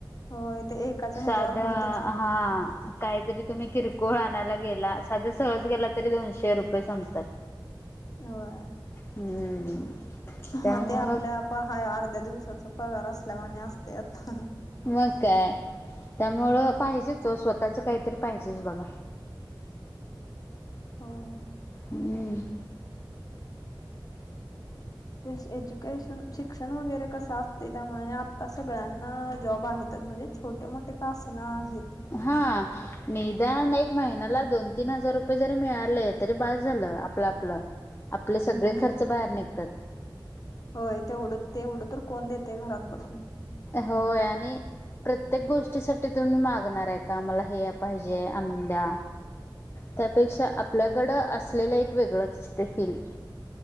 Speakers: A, on the left; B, on the left.
A: होय ते एकाच्या
B: साधं
A: ह्याच्यावर होतच नाही.
B: हा. काहीतरी तूम्ही किरकोळ आणायला गेलात साध सहज जरी गेला तरी दोनशे रुपये संपतात.
A: होय.
B: हम्म
A: ह
B: त्यामुळं
A: ते आपल्या आप आहं अर्ध्या दिवसाचा पगार असल्यावाणी असतंय आता ह्.
B: मग काय त्यामुळं पाहिजेच ओ स्वतःच काहीतरी पाहिजेच बघा.
A: होय.
B: हम्म.
A: ते एज्युकेशन शिक्षण वगैरे कसं असतंय त्यामुळं आणि आत्ता सगळ्यांना जॉब आहेतच म्हणजेच छोटे मोठे का असेना आहेत.
B: हां निदान एक महिन्याला दोन तीन हजार रुपये जरी मिळाले तरी बास झालं. आपलं, आपलं. आपले सगळे
A: होय.
B: खर्च बाहेर निघ-
A: होय तेवढं ते तेवढं तर कोण देतय घरात बसून.
B: होय आणि- प्रत्येक गोष्टीसाठी तुम्ही मागणार आहे का मला हे पाहिजे, आणून द्या. त्यापेक्षा आपल्याकडं असलेलं एक वेगळंच असतंय फिल